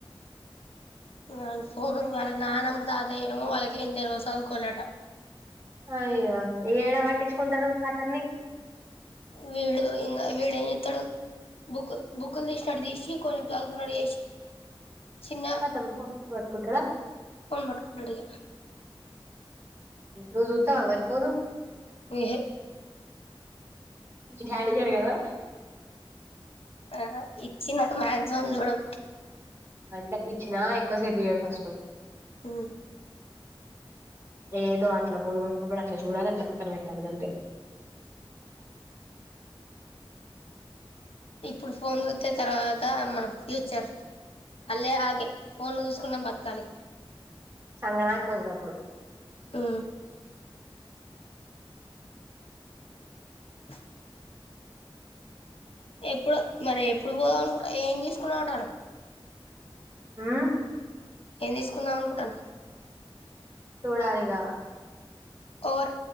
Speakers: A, on the left; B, on the right.
A: ఇంగాన్ ఫోను వాళ్ళ నానమ్మ, తాతయ్య ఏమో వాళ్ళకెంద్ దెల్వద్ సదుక్కోలేట
B: అయ్యో, ఏడా వట్టించుకుంటారు అతన్ని
A: వీడు ఇంగా వీడేం చెత్తడు, బుక్ బుక్కుల్ తీసినటు తీసి కొన్ని చదువుకున్నట్ చేసి చిన,
B: ఖతం పో పట్టుకుంటాడా?
A: పోన్ మాట్ల డిగ
B: నువ్ జుత్తవ వరి కోను
A: ఎహె
B: గాడికడ కదా
A: ఆ ఇచ్చినా మాక్సిమం చూడం
B: అంటే ఇచ్చినా ఎక్కువసేపు ఇయ్యడు ఫస్ట్
A: ఉ
B: ఏదో అట్లా బోర్ కొట్టినప్పుడు అట్లా చూడాలె అట్ల పక్కన పెట్టాలి దంతే
A: ఇప్పుడు ఫోన్ చూత్తే తర్వాత మనం ఫ్యూచర్, అళ్ళే ఆగే ఫోన్లు చూసుకున్నం బతకాలి
B: సంగణకుపోతు అప్పుడు
A: హు ఆ ఎప్పుడు మరి ఎప్పుడు పోదాం అనుకుంటా ఏం తీసుకున్నాం అంటారు.
B: ఉ
A: ఏం తీసుకుందాం అనుకుంటనవ్
B: చూడాలిగా
A: ఓర్